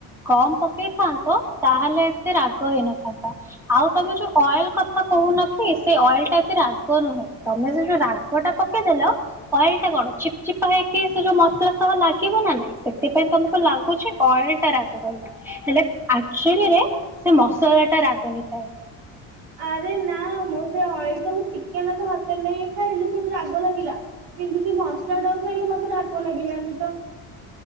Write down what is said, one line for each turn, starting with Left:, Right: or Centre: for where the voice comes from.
Centre: କମ ପକେଇଥାନ୍ତ ତାହେଲେ ଏତେ ରାଗ ହେଇନଥାନ୍ତା। ତା ଆଉ ତମେ ଯୋଉ ଅଏଲ କଥା କହୁନ କି ସେ ଅଏଲ ଟା ଏତେ ରାଗ ନୁହେଁ ତମେ ଯେ ଯୋଉ ରାଗ ଟା ପକେଇଦେଲ ଅଏଲ ଟା କଣ ଚିପ ଚିପା ହେଇକି ସେ ଯୋଉ ମସଲା ସହ ଲାଗିବ ନା ନାଇଁ। ସେଥିପାଇଁ ତମକୁ ଲାଗୁଛି ଅଏଲ ଟା ରାଗ ବୋଲି। ହେଲେ ଆକ୍ଚୁଲିରେ ସେ ମସଲା ଟା ରାଗ ହେଇଥାଏ।
Right: ଆରେ ନା ମୁଁ ସେ ଅଏଲଟାକୁ ଟିକେନାକୁ ହାତରେ ନେଇକି ଖାଇଲି ସେଠୁ ରାଗ ଲାଗିଲା। କିନ୍ତୁ ସେ ମସଲା ଟାକୁ ଖାଇଲି ମତେ ରାଗ ଲାଗିଲାନି ତ।